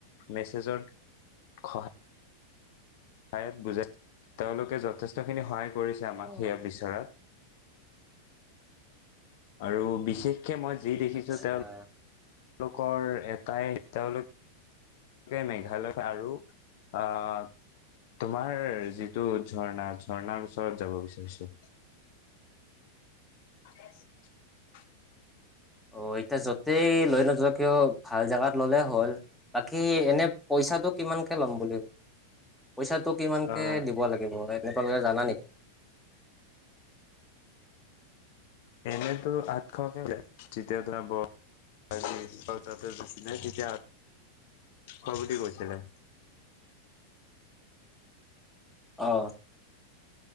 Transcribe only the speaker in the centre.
অ',
আচ্ছা।
অ', এতিয়া য'তেই লৈ নযোৱা কিয় ভাল জোগাত ললে হ'ল। বাকী এনে পইচাটো কিমানকৈ ল'ম বুলি পইচাটো কিমান কেে
দিব লাগিব আালোকে জানা নেকি।
অ।